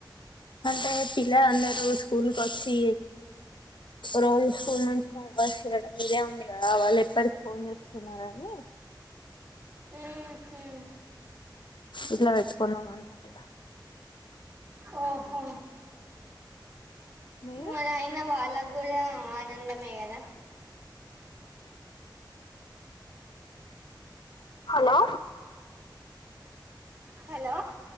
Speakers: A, on the left; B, on the right.
A: అంటే పిల్లలందరు స్కూల్ కొచ్చి రోజ్ స్కూల్ నుంచి హోంవర్క్స్ చేయడం మీరే ఉంది కదా వాళ్ళ ఎప్పటికి ఫోన్ చేస్తున్నారని
B: ఉహు
A: ఇట్లా వెట్కోన్నామన్నట్
B: ఓహో
A: మీరు
B: మరి అయిన వాళ్ళ గుడా ఆనందమే గదా
A: హలో
B: హలో